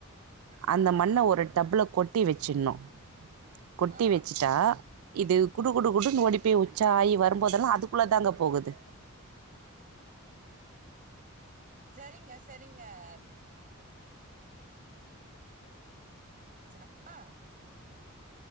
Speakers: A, on the right; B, on the right.
A: அந்த மண்ண ஒரு டப்ல கொட்டி வச்சிட்ணூ கொட்டி
B: ஆ
A: வச்சுட்டா இது குடு குடு குடுனு
B: சரிங்க
A: ஓடி போய் உச்சா ஆயி வ வரும்போதெல்லா அதுக்குள்ளதாங்க போகுது
B: செரிங்க செரிங்க அ ச்சனா ஆ